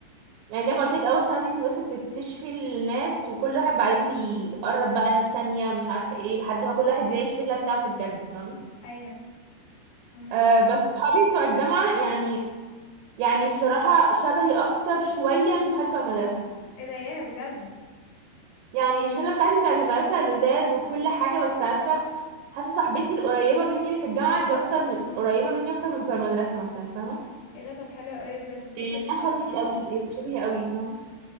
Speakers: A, on the right; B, on the left.
A: يعني زي ما قلت لك أول سنة دي انت بس بتكتشفي الناس وكل واحد بعدين بيقرب بقى لناس تانية مش عارفة ايه لحد ما كل واحد يلاقي الشلة بتاعته بجد فاهمة
B: ايوه عندك
A: آه
B: حق
A: بس صحابي بتوع الجامعة يعني يعني بصراحة شبهي أكتر شوية من صحابي بتوع المدرسة
B: ايه ده ياه بجد
A: يعني الشله بتاعتي بتاعت المدرسه لزاز وكل حاجه بس عارفه حاسه صاحبتي القريبه مني اللي في الجامعه دي اكتر من قريبه مني اكتر من بتوع المدرسه مثلا فاهمه
B: ايه ده طب حلو قوي بجد
A: يعني
B: كنتش متوقعه
A: انا شبهي قوي شبهي قوي فاهمه